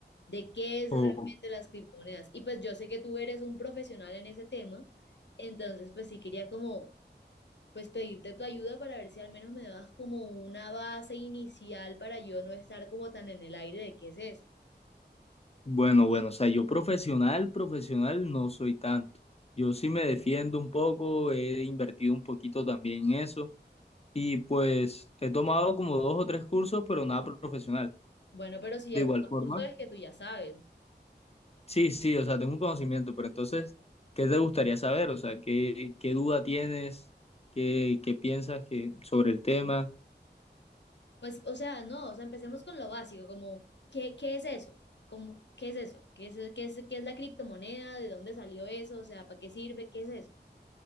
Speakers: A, on the left (about 80°); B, on the left (about 35°).
A: de qué es
B: Ok.
A: realmente las criptomonedas. Y pues yo sé que tú eres un profesional en ese tema, entonces pues sí quería como pues pedirte tu ayuda para ver si al menos me dabas como una base inicial para yo no estar como tan en el aire de qué es eso.
B: Bueno, bueno, o sea, yo profesional, profesional no soy tanto. Yo sí me defiendo un poco, he invertido un poquito también en eso y pues he tomado como dos o tres cursos, pero nada profesional.
A: Bueno, pero si ya
B: De igual
A: tomas
B: forma,
A: curso es que tú ya sabes.
B: sí, sí, o sea, tengo un conocimiento, pero entonces, ¿qué te gustaría saber? O sea, ¿qué, qué duda tienes? ¿Qué, qué piensas que, sobre el tema?
A: Pues, o sea, no, o sea, empecemos con lo básico, como, ¿qué, qué es eso? Como, ¿qué es eso? ¿Qué es, qué es, qué es la criptomoneda? ¿De dónde salió eso? O sea, ¿para qué sirve? ¿Qué es eso?